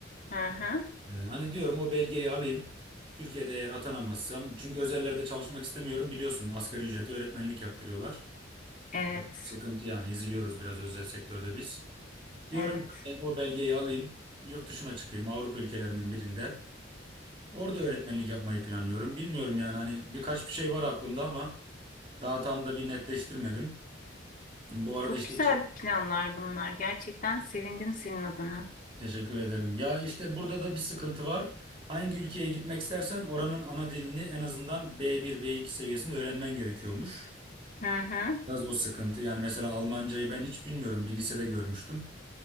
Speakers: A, on the left (about 45°); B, on the right (about 30°).
A: Hı hı.
B: Ee, hani diyorum o belgeyi alayım. Türkiye'de eğer atanamazsam. Çünkü özellerde çalışmak istemiyorum. Biliyorsun asgari ücreti öğretmenlik yaptırıyorlar.
A: Evet,
B: Bak, sıkıntı yani eziliyoruz biraz özel sektörde biz. Diyorum
A: evet.
B: ki e, o belgeyi alayım, yurt dışına çıkayım Avrupa ülkelerinin birinde. Orada öğretmenlik yapmayı planlıyorum. Bilmiyorum yani hani birkaç bir şey var aklımda ama daha tam da bir netleştirmedim. Bu arada
A: Çok
B: işte
A: güzel
B: çık.
A: planlar bunlar. Gerçekten sevindim senin adına.
B: Teşekkür ederim. Ya işte burada da bir sıkıntı var. Hangi ülkeye gitmek istersen oranın ana dilini en azından B1, B2 seviyesinde öğrenmen gerekiyormuş.
A: Hı hı.
B: Biraz o sıkıntı. Yani mesela Almancayı ben hiç bilmiyorum. Bir lisede görmüştüm.